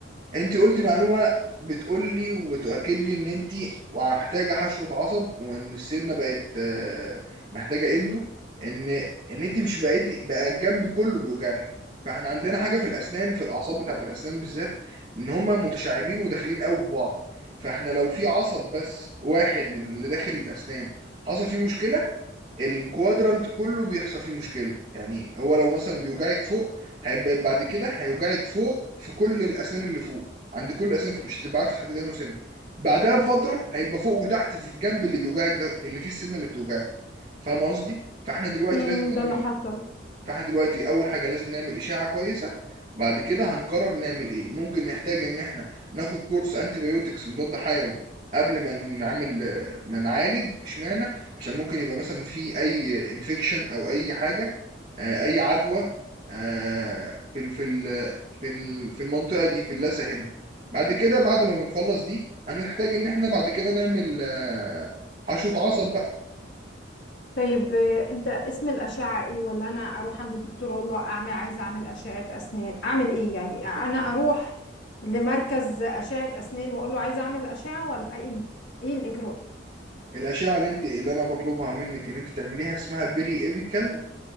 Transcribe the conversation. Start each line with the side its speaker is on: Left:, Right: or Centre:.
Right: انت قلتي معلومة بتقول لي وبتؤكد لي ان انت محتاجة حشوة عصب وان السنة بقت آه، محتاجة اندو ان ان انت مش بقيتي بقى الجنب كله بيوجعك فاحنا عندنا حاجة في الاسنان في الاعصاب بتاعت الاسنان بالذات ان هما متشعبين وداخلين قوي في بعض فاحنا لو في عصب بس واحد من اللي داخل الاسنان حصل فيه مشكلة الكوادرانت كله بيحصل فيه مشكلة يعني هو لو مثلا بيوجعك فوق هيبقى بعد كده هيوجعك فوق في كل الأسنان اللي فوق عند كل الأسنان فوق مش هتبقى عارف تحدد أنه سن بعدها بفترة هيبقى فوق وتحت في الجنب اللي بيوجعك ده في اللي فيه السنة اللي بتوجعك فاهم قصدي؟ فاحنا دلوقتي
Left: امم
Right: لازم نعمل
Left: ده اللي حصل
Right: فاحنا دلوقتي اول حاجه لازم نعمل اشاعه كويسه بعد كده هنقرر نعمل ايه ممكن نحتاج ان احنا ناخد كورس انتيبيوتكس مضاد حيوي قبل ما نعمل ما نعالج اشمعنى عشان ممكن يبقى مثلا في اي انفكشن او اي حاجه آه، اي عدوى آه، في ال- في ال- في ال- في المنطقه دي في اللثه هنا بعد كده بعد ما بنخلص دي هنحتاج ان احنا بعد كده نعمل آه، حشوه عصب
Left: طيب آه، انت اسم الأشعة ايه ولا انا اروح عند الدكتور اقول له اعمل عايزة اعمل أشعة اسنان اعمل ايه يعني انا
Right: بقى
Left: اروح لمركز أشعة اسنان واقول له عايزة اعمل أشعة ولا ايه ايه الإجراء
Right: الأشعة اللي أنتِ اللي أنا باطلبها منِّك إن أنتِ تعمليها اسمها periapical